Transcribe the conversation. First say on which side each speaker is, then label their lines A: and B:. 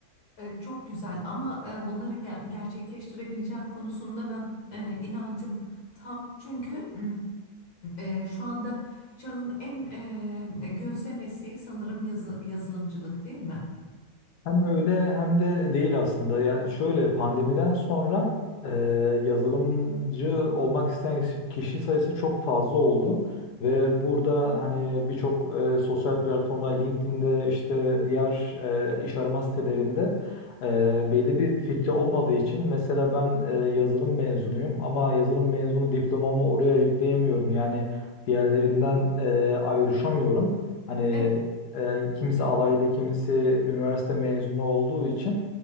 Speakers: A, on the left; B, on the left.
A: E, çok güzel ama e, bunları ger- gerçekleştirebileceğin konusunda ben e, inancım tam. Çünkü m, e, şu anda çağın en e, gözde mesleği sanırım yazı- yazılımcılık değil mi?
B: Hem öyle hem de değil aslında. Ya şöyle pandemiden sonra e, yazılımcı olmak isteyen kişi sayısı çok fazla oldu ve burada hani birçok e, sosyal platformlar LinkedIn'de işte diğer e, iş arama sitelerinde e, belli bir filtre olmadığı için mesela ben e, yazılım mezunuyum ama yazılım mezunu diplomamı oraya yükleyemiyorum. Yani diğerlerinden e, ayrışamıyorum. Hani
A: Evet.
B: e, kimisi alaylı, kimisi üniversite mezunu olduğu için